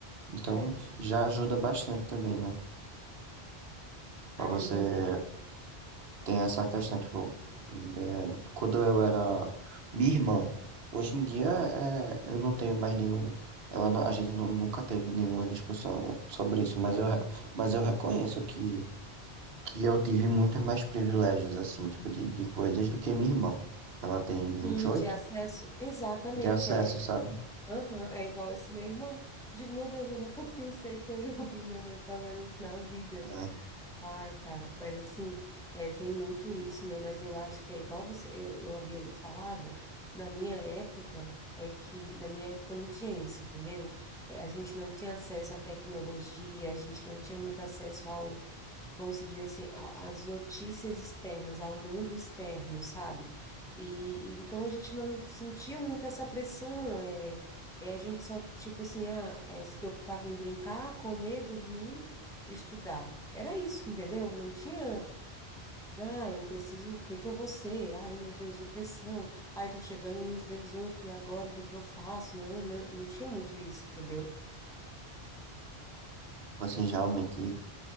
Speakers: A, on the right; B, in the centre.
A: Então,
B: é,
A: já ajuda bastante também, né? Pra
B: ajuda.
A: você Tem essa questão, tipo, é, quando eu era minha irmã, hoje em dia é, eu não tenho mais nenhum, ela não- a gente nu- nunca teve nenhuma discussão sobre isso, mas
B: Uhum.
A: eu, re- mas eu reconheço que, que eu tive muitos mais privilégios, assim, tipo, de, de coisas do que minha irmã. Ela tem vinte
B: Sim,
A: e oito
B: de acesso. Exatamente,
A: de acesso,
B: é,
A: sabe?
B: Aham, é igual esse meu irmão. Digo, meu Deus, eu nunca <laughs> pensei que eu ia ouvir minha mãe falando isso na vida.
A: É,
B: Ai, cara, mas assim, é, tem muito isso, né? Mas eu acho que é igual você, eu, eu havia lhe falado, na minha época, é que na minha época não tinha isso, entendeu? É, a gente não tinha acesso à tecnologia, a gente não tinha muito acesso ao vamos se dizer assim, a- as notícias externas, ao mundo externo, sabe? E, e então a gente não sentia muito essa pressão, é, é a gente só, tipo assim, ah, é, se preocupava em brincar, comer, dormir, estudar. Era isso, entendeu? Não tinha, ah, eu preciso, o que que eu vou ser? Ai, meu Deus, depressão. Ai, tô chegando nos 18 e agora o que que eu faço? Não, não, não, não tinha muito isso, entendeu?
A: vocês realmente